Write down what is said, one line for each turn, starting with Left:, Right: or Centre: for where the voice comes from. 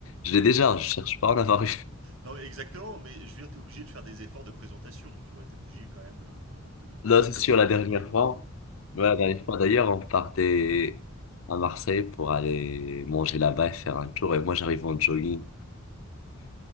Left: je l'ai déjà. Je cherche pas à en avoir
Right: Non, exactement, mais je veux dire, t'es obligé de faire des efforts de présentation. Tu vois, t'es obligé quand même euh, de
Left: Là,
Right: peut-être
Left: c'est sûr,
Right: mieux
Left: la dernière
Right: t'habiller que
Left: fois,
Right: moi.
Left: ouais, la dernière fois d'ailleurs, on partait à Marseille pour aller manger là-bas et faire un tour. Et moi, j'arrive en jogging.